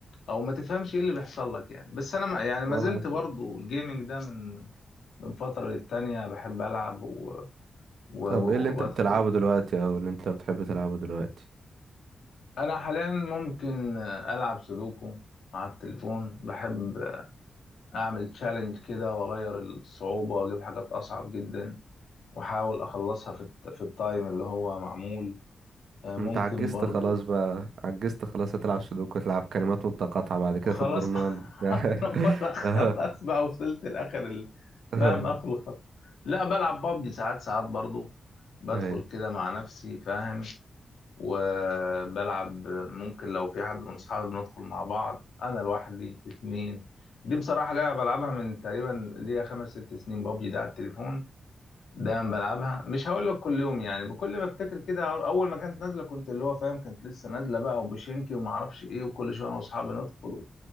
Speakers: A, on the left (about 80°); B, on the right (about 75°).
A: او ما تفهمش ايه اللي بيحصل لك يعني بس انا ما يعني ما
B: آه.
A: زلت برضو الجيمنج ده من من فترة للتانية بحب العب و... و...
B: طب
A: و...
B: ايه اللي انت
A: وبدخل
B: بتلعبه دلوقتي او اللي انت بتحب تلعبه دلوقتي
A: انا حاليا ممكن العب سودوكو على التليفون بحب اعمل تشالنج كده واغير الصعوبة واجيب حاجات اصعب جدا واحاول اخلصها في الت... في التايم اللي هو معمول آه، ممكن
B: انت عجزت
A: برضو
B: خلاص بقى عجزت خلاص هتلعب سودوكو تلعب كلمات متقاطعة بعد كده
A: وخلاص
B: في الجورنال
A: <laughs>
B: بتاع.
A: انا بقول
B: <laughs>
A: لك خلاص
B: اه
A: بقى وصلت لاخر ال-
B: اه
A: فاهم اخر الخط لا بلعب بابجي ساعات ساعات برضو بدخل
B: ايوه
A: كده مع نفسي فاهم وبلعب ممكن لو في حد من اصحابي بندخل مع بعض انا لوحدي اتنين دي بصراحة لعبة بلعبها من تقريبا ليا خمس ست سنين بابجي ده على التليفون دايما بلعبها مش هقول لك كل يوم يعني بكل ما افتكر كده اول ما كانت نازله كنت اللي هو فاهم كانت لسه نازله بقى وبشينكي وما اعرفش ايه وكل شويه انا واصحابي ندخل